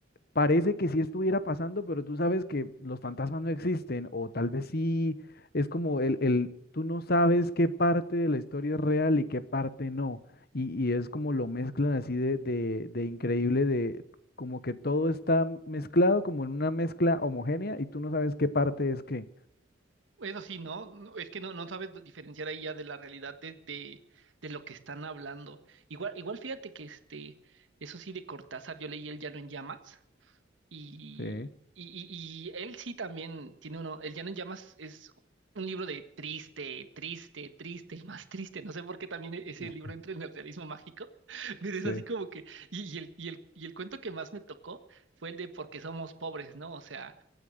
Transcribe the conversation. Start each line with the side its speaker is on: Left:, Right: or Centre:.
Left: parece que sí estuviera pasando, pero tú sabes que los fantasmas no existen, o tal vez sí, es como el, el, tú no sabes qué parte de la historia es real y qué parte no. Y, y es como lo mezclan así de, de, de increíble, de como que todo está mezclado como en una mezcla homogénea y tú no sabes qué parte es qué.
Right: Eso sí, ¿no? No, Es que no, no sabes diferenciar ahí ya de la realidad de, de, de lo que están hablando. Igual, igual fíjate que este, eso sí de Cortázar, yo leí El Llano en Llamas Y,
Left: Sí,
Right: y, y- y él sí también tiene uno, El Llano en Llamas es un libro de triste, triste, triste y más triste. No sé por qué también e- ese
Left: sí,
Right: libro entra en el realismo mágico, <laughs> pero es
Left: sí,
Right: así como que, y, y el, y, el, y el cuento que más me tocó fue el de Por qué somos pobres, ¿no? O sea,